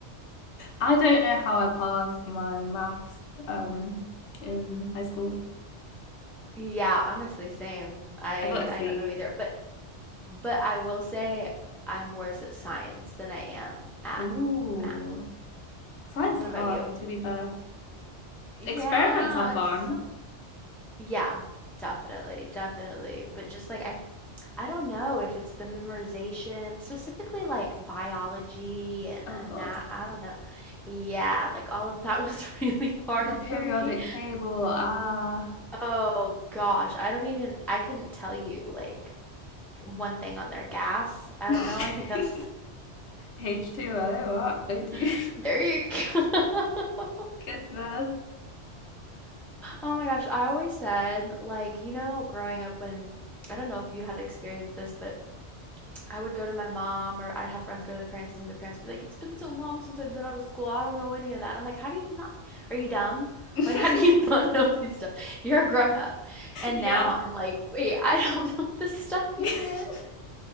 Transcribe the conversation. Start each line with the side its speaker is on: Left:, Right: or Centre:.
Left: I don't know how I passed my maths um in high school.
Centre: <laughs> yeah, honestly, same. I
Left: I got a C.
Centre: I don't know either, but But I will say I'm worse at science than I am at
Left: Ooh.
Centre: math.
Left: Science
Centre: What
Left: is
Centre: about
Left: hard,
Centre: you?
Left: to be fair.
Centre: Yeah,
Left: Experiments are fun.
Centre: it's so Yeah, definitely, definitely. But just like I I don't know if it's the memorization, specifically like biology and
Left: Oh
Centre: and
Left: God.
Centre: that I don't know. Yeah, like all of that was <laughs> really hard
Left: The periodic
Centre: for me.
Left: table, ah.
Centre: Oh gosh, I don't even I couldn't tell you like one thing on their gas. I
Left: <laughs>
Centre: don't know. I think that's
Left: H2O, what? O2?
Centre: <laughs> there you go.
Left: <laughs>
Centre: <laughs>
Left: Goodness.
Centre: Oh my gosh, I always said, like, you know, growing up when I don't know if you had experienced this, but I would go to my mom or I'd have friends go to their parents and then their parents would be like, It's been so long since I've been out of school. I don't know any of that. And I'm like, How do you not? Are you dumb? <laughs>
Left: <laughs>
Centre: Like, how do you <laughs> not know these stuff? You're a grown up. And
Left: yeah.
Centre: now I'm like, wait, I don't <laughs> know this stuff
Left: <laughs>
Centre: either.